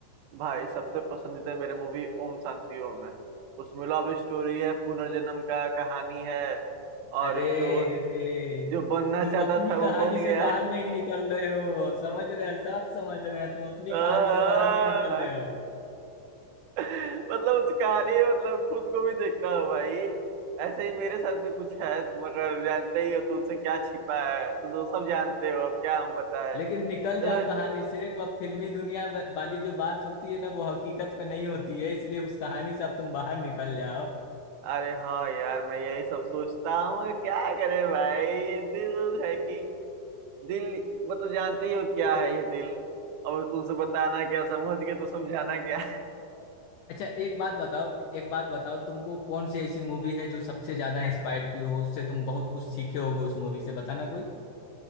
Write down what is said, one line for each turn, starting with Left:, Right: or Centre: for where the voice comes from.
Right: भाई सबसे पसंदीदा मेरे मूवी ओम शांति ओम है उसमें लव स्टोरी है पुनर्जन्म का कहानी है और
Left: अरे
Right: जो
Left: अरे
Right: जो बनना
Left: तुम
Right: चाहता
Left: अपनी
Right: था वो
Left: कहानी
Right: बन गया
Left: से बाहर नहीं निकल रहे हो समझ रहे हैं सब समझ रहे हैं तुम अपनी
Right: आह।
Left: कहानी से बाहर नहीं निकल रहे हो
Right: मतलब उस कहानी में मतलब खुद को भी देखता हूँ भाई ऐसे ही मेरे साथ भी कुछ है मगर जानते ही हो तुमसे क्या छिपा है तुम तो सब जानते हो अब क्या हम बताए
Left: लेकिन निकल
Right: वैसे
Left: जाओ कहानी से वह फिल्मी दुनिया वा- वाली जो बात होती है ना वो हकीकत पे नहीं होती है इसलिए उस कहानी से अब तुम बाहर निकल जाओ
Right: अरे हाँ यार मैं यही सब सोचता हूँ मगर क्या करे भाई दिल है कि दिल मतलब जानते ही हो क्या है ये दिल अब तुमसे बताना क्या समझ के तो समझाना क्या
Left: अच्छा एक बात बताओ एक बात बताओ तुमको कौन सी ऐसी मूवी है जो सबसे ज्यादा इंस्पायर की हो उससे तुम बहुत कुछ सीखे होगे उस मूवी से बताना कोई